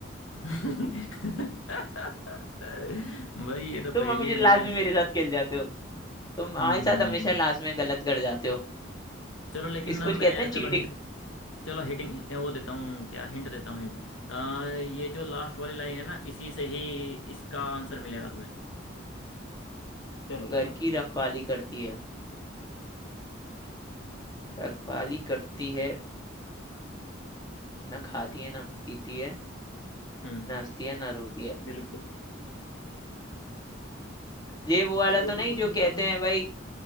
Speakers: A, on the left (about 75°); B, on the left (about 20°).
A: <laughs> भाई ये तो
B: तुम
A: पहेली
B: हमेशा
A: में
B: लास्ट
A: है
B: में
A: ऐसे
B: मेरे
A: ही
B: साथ खेल जाते हो तुम हमारे
A: हम्म
B: साथ हमेशा लास्ट में गलत कर जाते हो
A: चलो लेकिन
B: इसको
A: ना मैं
B: जो कहते हैं
A: चलो
B: चीटिंग
A: हिंट चलो हिटिंग वो देता हूँ क्या हिंट देता हूँ हिंट आ, ये जो लास्ट वाली लाइन है ना इसी से ही इसका आंसर मिलेगा तुम्हें चलो बताओ
B: घर की रखवाली करती है रखवाली करती है ना खाती है ना पीती है
A: हम्म
B: ना हंसती है ना रोती है
A: बिल्कुल
B: ये वो वाला
A: बोलो
B: तो नहीं
A: बोलो
B: जो कहते
A: बोलो
B: हैं भाई